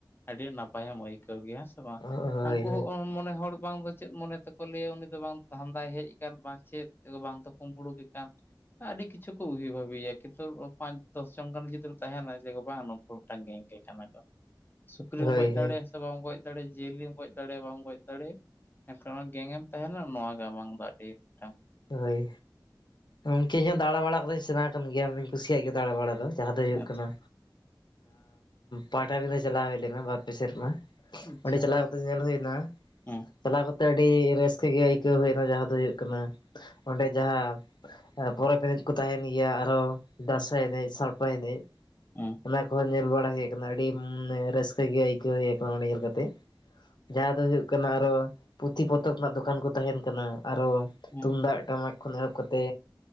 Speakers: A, on the left; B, on the left.
A: ᱟᱹᱰᱤ ᱱᱟᱯᱟᱭᱮ ᱮᱢ ᱟᱹᱭᱠᱟᱹᱣ ᱜᱮᱭᱟ᱾ ᱦᱮᱸ ᱥᱮ ᱵᱟᱝ
B: ᱦᱳᱭ
A: ᱩᱱᱠᱩ ᱦᱚᱸ ᱢᱚᱱᱮ ᱦᱚᱲ ᱵᱟᱝ ᱫᱚ ᱪᱮᱫ ᱢᱚᱱᱮ ᱛᱮᱠᱚ ᱞᱟᱹᱭᱟ ᱩᱱᱤ ᱫᱚ ᱵᱟᱝ ᱫᱷᱟᱸᱫᱟᱭ ᱦᱮᱡ ᱟᱠᱟᱱ ᱪᱮᱫ ᱵᱟᱝ ᱫᱚ ᱠᱩᱢᱵᱽᱲᱩᱠᱮ ᱜᱮ ᱠᱟᱱ ᱾ ᱟᱹᱰᱤ ᱠᱤᱪᱷᱩ ᱠᱚ ᱩᱭ ᱵᱷᱷᱟᱵᱮᱤᱭᱟ, ᱠᱤᱱᱛᱩ ᱯᱟᱸᱪ ᱫᱚᱥ ᱡᱚᱱ ᱜᱟᱱ ᱡᱩᱫᱤᱢ ᱛᱟᱦᱮᱱᱟ ᱡᱮ ᱵᱟᱝ ᱨᱚᱝᱜᱮ ᱜᱮ ᱠᱟᱱᱟ ᱠᱚ ᱾ ᱥᱩᱠᱨᱤᱢ
B: ᱦᱳᱭ
A: ᱜᱚᱡ ᱫᱟᱲᱮᱭᱟᱜᱼᱟ
B: ᱦᱳᱭ
A: ᱥᱮ ᱵᱟᱝ ᱜᱚᱡ ᱫᱟᱲᱮᱭᱟᱜᱼᱟ ᱡᱤᱭᱟᱹᱞᱤᱢ ᱜᱚᱡ ᱫᱟᱲᱮᱭᱟᱜᱼᱟ ᱵᱟᱢ ᱜᱚᱡᱽ ᱫᱟᱲᱮᱭᱟᱜᱼᱟ ᱾ ᱮᱱᱠᱷᱟᱱ ᱜᱮᱝᱮᱢ ᱛᱟᱦᱮᱱᱟ ᱱᱚᱣᱟ ᱜᱮ ᱟᱢᱟᱝ ᱫᱚ ᱟᱹᱰᱤ ᱢᱤᱫᱴᱟᱝ
B: ᱦᱳᱭ, ᱜᱚᱢᱠᱮ ᱤᱧ ᱦᱚᱸ ᱫᱟᱬᱟ ᱵᱟᱲᱟ ᱠᱟᱫᱚᱧ ᱥᱮᱬ ᱠᱟᱱ ᱜᱮᱭᱟᱧ ᱠᱩᱥᱤᱭᱟᱜ ᱜᱮᱭᱟ ᱫᱟᱬᱟ ᱵᱟᱲᱟ ᱫᱚ ᱾ ᱡᱟᱦᱟᱸ ᱫᱚ ᱦᱩᱭᱩᱜ
A: ᱟᱪᱪᱷᱟ
B: ᱠᱟᱱᱟ, ᱯᱟᱛᱟᱵᱤᱫᱷᱟᱹ ᱪᱟᱞᱟᱣ ᱦᱩᱭ ᱞᱮᱱᱟ ᱾ ᱵᱟ ᱥᱮᱨᱢᱟ <inaudible>
A: ᱟᱪᱪᱷᱟ
B: ᱚᱸᱰᱮ ᱪᱟᱞᱟᱣᱼᱼ ᱧᱮᱞ ᱦᱩᱭ ᱮᱱᱟ,
A: ᱦᱮᱸ
B: ᱪᱟᱞᱟᱣ ᱠᱟᱛᱮᱜ ᱟᱹᱰᱤ ᱨᱟᱹᱥᱠᱟᱹ ᱜᱮ ᱟᱹᱭᱠᱟᱹᱣ ᱦᱩᱭᱱᱟ ᱡᱟᱦᱟᱸ ᱫᱚ ᱦᱩᱭᱩᱜ ᱠᱟᱱᱟᱼᱼ ᱚᱸᱰᱮ ᱡᱟᱦᱟᱸ ᱯᱚᱨᱚᱵᱽ ᱮᱱᱮᱡ ᱠᱚ ᱛᱟᱸᱦᱮᱱ ᱜᱮᱭᱟ, ᱟᱨᱦᱚᱸ
A: ᱦᱮᱸ
B: ᱫᱟᱸᱥᱟᱭ ᱮᱱᱮᱡ ᱥᱟᱶᱼᱼ ᱱᱟᱯᱟᱭ ᱮᱱᱮᱡ,
A: ᱦᱮᱸ
B: ᱚᱱᱟ ᱠᱚ ᱮᱱᱮᱡ ᱾ ᱵᱟᱲᱟ ᱦᱩᱭ ᱟᱠᱟᱱᱟ ᱟᱹᱰᱤ ᱨᱟᱹᱥᱠᱟᱹ ᱜᱮ ᱟᱹᱭᱠᱟᱹᱣ ᱦᱩᱭ ᱟᱠᱟᱱᱟ ᱚᱱᱟ ᱧᱮᱞ ᱠᱟᱛᱮ ᱾ ᱡᱟᱦᱟᱸ ᱫᱚ ᱦᱩᱭᱩᱜ ᱠᱟᱱᱟ ᱟᱨᱚ, ᱯᱩᱛᱷᱤ ᱯᱚᱛᱚᱵ ᱨᱮᱱᱟᱜ ᱫᱚᱠᱟᱱ ᱠᱚ ᱛᱟᱦᱮᱱ ᱠᱟᱱᱟ ᱟᱨᱚ ᱾
A: ᱦᱮᱸ
B: ᱛᱩᱢᱫᱟᱜ ᱴᱟᱢᱟᱠ ᱠᱷᱚᱱ ᱮᱦᱚᱵ ᱠᱟᱛᱮᱼᱼ